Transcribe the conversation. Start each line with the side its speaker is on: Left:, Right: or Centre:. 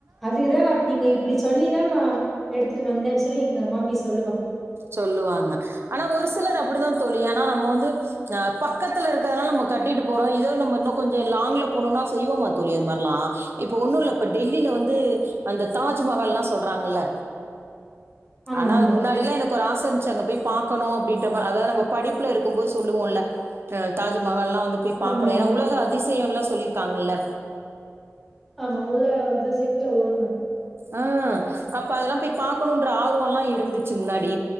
Centre: அதுதான் நீங்க இப்படி சொல்லி தான் நான் எடுத்துட்டு வந்தேன்னு சொல்லி மாமி சொல்லுவாங்க
Right: சொல்லுவாங்க ஆனா ஒரு சிலர் அப்படிதான் தோழி ஆனா நம்ம வந்து அஹ் பக்கத்துல இருக்கறதுனால நம்ம கட்டிட்டு போறோம் இதோ நம்ம இன்னும் கொஞ்சம் லாங்ல போனும்னா செய்வோமா தோழி அது மாதிரல்லாம் இப்ப ஒன்னும் இல்ல இப்ப டெல்லியில வந்து அந்த தாஜ்மஹால்ல்லாம் சொல்றாங்கல்ல
Centre: ஆமா
Right: ஆனா அது
Centre: ஆமா
Right: முன்னாடிலாம் எனக்கு ஒரு ஆசை இருந்துச்சு அங்க் பார்க்கணும் அ அத நம் படிப்புல இருக்கும்போது சொல்லுவோம் தாஜ்மஹாலா அத போய் பாக்கணும்
Centre: ஆமா ஆமா
Right: ஏன்னா உலக அதிசயம்ல சொல்லியிருக்காங்கல
Centre: ஆமா உள்ள <unintelligible>
Right: ஆஹ அப்ப அதெல்லாம் போய் பாார்க்கணும்ன்ற ஆர்வம்ல்லாம் இருந்துச்சு முன்னாடி